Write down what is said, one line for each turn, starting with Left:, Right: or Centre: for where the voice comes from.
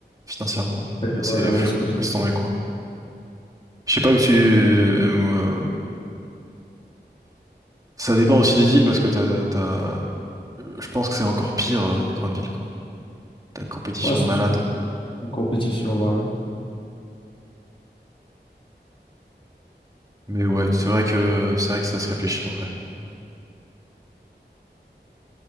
Right: financièrement.
Left: et
Right: C'est
Left: voilà, risque
Right: pff,
Left: aussi.
Right: laisse tomber quoi. Je sais pas où tu. euh, ça dépend aussi des villes parce que t'as, t'as... euh, Je pense que c'est encore pire euh, dans les grandes villes quoi. T'as une compétition
Left: Ouais, c'est
Right: de malades.
Left: sûr. La compétition, voilà.
Right: Mais ouais, c'est vrai que c'est vrai que ça se réfléchit en vrai.